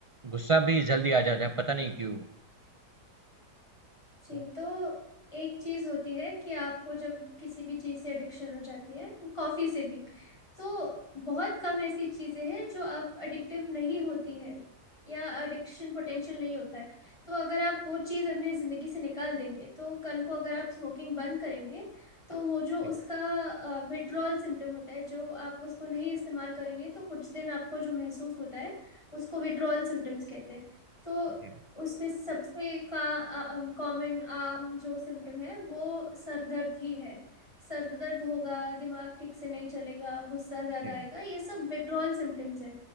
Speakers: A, on the right; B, on the left.
A: गुस्सा भी जल्दी आ जाता है पता नहीं क्यों
B: जी
A: तो
B: तो एक चीज होती है कि आपको जब किसी भी चीज से एडिक्शन हो जाती है कॉफी से भी तो बहुत कम ऐसी चीजें हैं जो आप एडिक्टिव नहीं होती है या एडिक्शन पोटेंशियल नहीं होता है तो अगर आप वो चीज अपनी जिंदगी से निकाल देंगे तो कल को अगर आप स्मोकिंग बंद करेंगे तो वो जो
A: जी
B: उसका विड्रॉल सिम्टम होता है जो आप उसको नहीं इस्तेमाल करेंगे तो कुछ दिन आपको जो महसूस होता है उसको विड्रॉल सिम्टम्स कहते हैं तो
A: जी
B: उसमें सबसे का कॉमन आम जो सिम्टम है वो सर दर्द ही है सर दर्द होगा दिमाग ठीक से नहीं चलेगा गुस्सा ज्यादा
A: जी
B: आएगा ये सब विड्रॉल सिम्टम्स है